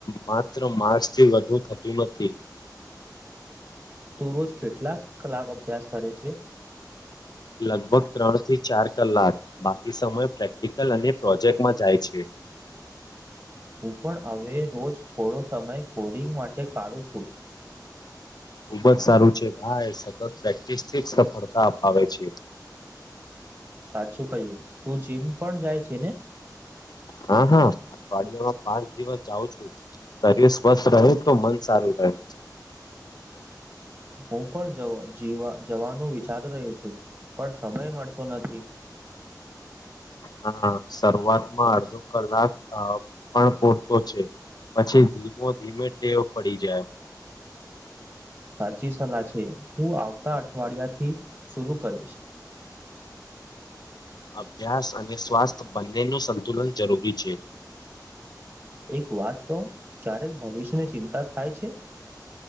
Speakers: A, on the left (about 65°); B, on the right (about 30°).
A: માત્ર માસ થી વધુ થતું નથી
B: તું રોજ કેટલાક કલાક અભ્યાસ કરે છે
A: લગભગ ત્રણ થી ચાર કલાક બાકી સમય પ્રેક્ટિકલ અને પ્રોજેક્ટ માં જાય છે
B: હું પણ હવે રોજ થોડો સમય કોડિંગ માટે કાઢું છું
A: ખુબ જ સારું છે ભાઈ સતત પ્રેક્ટિસ થીજ સફળતા અપાવે છે
B: સાચું કહ્યું તું જીમ પણ જાય છે ને
A: હા હા અઠવાડિયામાં પાંચ દિવસ જાઉ છું શરીર સ્વસ્થ રહે તો મન સારું રહે
B: હું પણ જવા જીવા જવાનું વિચારી રહ્યો છું પણ સમય મળતો નથી
A: હા શરૂઆતમાં અડધો કલાક અ પણ પૂરતો છે પછી ધીમો ધીમે ટેવ પડી જાય
B: સાચી સલાહ છે હું આવતા અઠવાડિયા થી શરુ કરીશ
A: અભ્યાસ અને સ્વાસ્થ્ય બંને નું સંતુલન જરૂરી છે
B: એક વાત કહું ચારેક ભવિષ્યની ચિંતા થાય છે